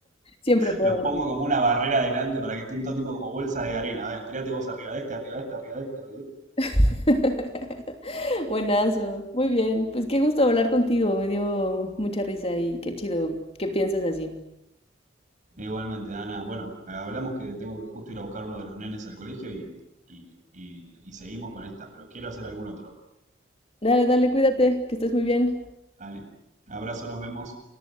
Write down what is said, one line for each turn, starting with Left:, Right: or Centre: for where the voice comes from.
Left: Siempre pueden.
Right: Los pongo como una barrera adelante para que estén todo tipo como bolsas de arena. A ver, tirate vos arriba de este, arriba de este, arriba de este, arriba de este.
Left: <laughs> Buenazo. Muy bien. Pues qué gusto hablar contigo. Me dio mucha risa y qué chido que pienses así.
Right: Igualmente, Ana, bueno, hablamos que tengo que justo ir a buscar uno de los nenes al colegio y, y, y, y seguimos con esta, pero quiero hacer algún otro.
Left: Dale, dale, cuídate, que estés muy bien.
Right: Dale. Abrazo, nos vemos.